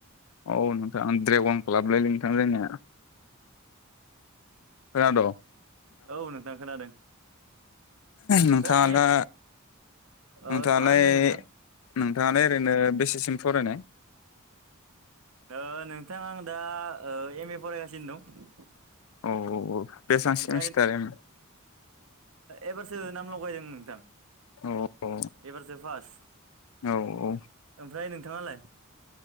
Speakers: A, on the left (about 75°); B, on the right (about 75°).
A: औ नोंथाङा ड्रेगन लाबोलै नोंथां जोंनि खोनाद'
B: औ नोंथां खोनादों
A: नोंथाङाला
B: ओमफ्राय ओ
A: नोंथांङालाय
B: मा होनदों नोंथां
A: नोंथाङा ओरैनो बेसेसिम फरायनाय
B: ओ नोंथां आं दा एम ए फरायगासिनो दं
A: औ औ औ बेसांसिम
B: ओमफ्राय
A: सिखारो नोंलाय
B: एबारसो नाम लगायदों नोंथां
A: औ औ
B: एबारसो फार्स्ट
A: औ औ
B: ओमफ्राय नोंथाङालाय